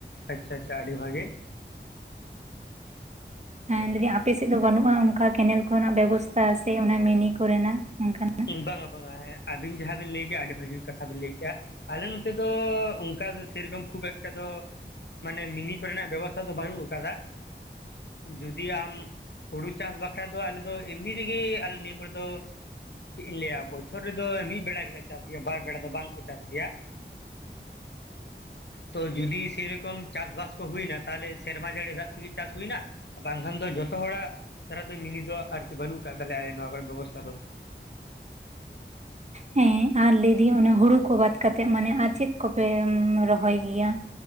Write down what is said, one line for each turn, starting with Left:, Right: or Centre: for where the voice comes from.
Left: ᱟᱪᱪᱷᱟ ᱟᱪᱪᱷᱟ ᱟᱹᱰᱤ ᱵᱷᱟᱜᱮ᱾
Right: ᱦᱮ ᱞᱟᱹᱭᱫᱟᱹᱧ ᱟᱯᱮ ᱥᱮᱫ ᱫᱚ ᱵᱟᱹᱱᱩᱜᱼᱟ ᱚᱱᱠᱟ ᱠᱮᱱᱮᱞ ᱠᱚᱨᱮᱱᱟᱜ ᱵᱮᱵᱚᱥᱛᱟ ᱥᱮ ᱚᱱᱟ ᱢᱤᱱᱤ ᱠᱚᱨᱮᱱᱟᱜ ᱚᱱᱠᱟᱱᱟᱜ᱾
Left: ᱵᱟᱝᱟ ᱵᱟᱝᱟ ᱦᱮᱸ ᱟᱹᱵᱤᱱ ᱡᱟᱦᱟᱸ ᱵᱤᱱ ᱞᱟᱹᱭ ᱠᱮᱜᱼᱟ ᱟᱹᱰᱤ ᱵᱷᱟᱹᱜᱤ ᱠᱟᱛᱷᱟ ᱵᱤᱱ ᱞᱟᱹᱭ ᱠᱮᱜᱼᱟ᱾ ᱟᱞᱮ ᱱᱚᱛᱮ ᱫᱚ ᱚᱱᱠᱟ ᱫᱚ ᱥᱮᱨᱚᱠᱚᱢ ᱠᱷᱩᱵ ᱮᱠᱴᱟ ᱫᱚ ᱢᱟᱱᱮ ᱢᱤᱱᱤ ᱠᱚᱨᱮᱱᱟᱜ ᱵᱮᱵᱚᱥᱛᱷᱟ ᱫᱚ ᱵᱟᱹᱱᱩᱜ ᱟᱠᱟᱫᱟ᱾ ᱡᱩᱫᱤ ᱟᱢ ᱦᱩᱲᱩ ᱪᱟᱥ ᱵᱟᱠᱷᱨᱟ ᱫᱚ ᱟᱞᱮ ᱫᱚ ᱮᱢᱱᱤ ᱨᱮᱜᱮ ᱟᱞᱮ ᱱᱤᱭᱟᱹ ᱠᱚᱨᱮ ᱫᱚ, ᱪᱮᱫ ᱤᱧ ᱞᱟᱹᱭᱟ ᱵᱚᱪᱷᱚᱨ ᱨᱮᱫᱚ ᱢᱤᱫ ᱵᱮᱲᱟ ᱜᱮᱞᱮ ᱪᱟᱥ ᱜᱮᱭᱟ ᱵᱟᱨ ᱵᱮᱲᱟ ᱫᱚ ᱵᱟᱝᱠᱚ ᱪᱟᱥ ᱜᱮᱭᱟ᱾
Right: <unintelligible>
Left: ᱛᱚ ᱡᱩᱫᱤ ᱥᱮᱨᱚᱠᱚᱢ ᱪᱟᱥᱵᱟᱥ ᱠᱚ ᱦᱩᱭᱱᱟ ᱛᱟᱦᱞᱮ ᱥᱮᱨᱢᱟ ᱡᱟᱹᱲᱤ ᱫᱟᱜ ᱛᱮᱜᱮ ᱪᱟᱥ ᱦᱩᱭᱱᱟ᱾ ᱵᱟᱝᱠᱷᱟᱱ ᱫᱚ ᱡᱚᱛᱚ ᱦᱚᱲᱟᱜ ᱫᱷᱟᱨᱟ ᱫᱚ ᱢᱤᱱᱤᱫᱚ ᱟᱨᱠᱤ ᱵᱟᱹᱱᱩᱜ ᱟᱠᱟᱫ ᱛᱟᱞᱮᱭᱟ ᱟᱞᱮ ᱱᱚᱣᱟ ᱠᱚᱨᱮ ᱵᱮᱵᱚᱥᱛᱷᱟ ᱫᱚ᱾
Right: ᱦᱮᱸ ᱟᱨ ᱞᱟᱹᱭ ᱫᱤᱧ ᱚᱱᱮ ᱦᱩᱲᱩ ᱠᱚ ᱵᱟᱫ ᱠᱟᱛᱮᱜ ᱢᱟᱱᱮ ᱟᱨ ᱪᱮᱫ ᱠᱚᱯᱮ ᱨᱚᱦᱚᱭ ᱜᱮᱭᱟ᱾